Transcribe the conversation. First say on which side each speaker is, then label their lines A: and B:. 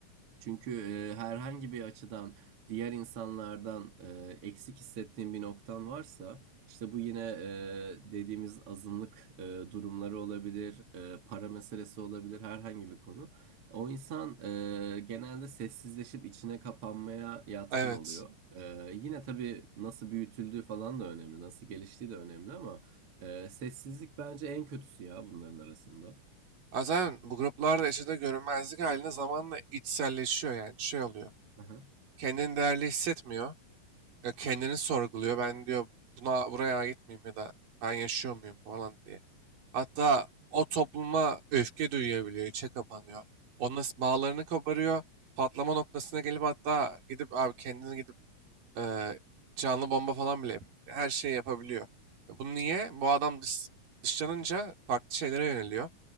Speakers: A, on the right; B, on the right.
A: çünkü e, herhangi bir açıdan diğer insanlardan e, eksik hissettiğin bir noktan varsa işte bu yine e, dediğimiz azınlık e, durumları olabilir, e, para meselesi olabilir herhangi bir konu. O insan e, genelde sessizleşip içine kapanmaya yatkın
B: Evet.
A: oluyor. E, yine tabii nasıl büyütüldüğü falan da önemli, nasıl geliştiği de önemli ama e, sessizlik bence en kötüsü ya bunların arasında.
B: Ha, Zaten bu gruplarda yaşadığı görünmezlik haline zamanla içselleşiyor yani şey oluyor.
A: Aha.
B: Kendini değerli hissetmiyor. e, Kendini sorguluyor. Ben diyor buna buraya ait miyim ya da ben yaşıyor muyum falan diye. Hatta o topluma öfke duyabiliyor, içe kapanıyor. Onunla s- bağlarını koparıyor. Patlama noktasına gelip hatta gidip abi kendini gidip e, canlı bomba falan bile yapabiliyor. Her şeyi yapabiliyor. E, Bu niye? Bu adam dış, dışlanınca farklı şeylere yöneliyor.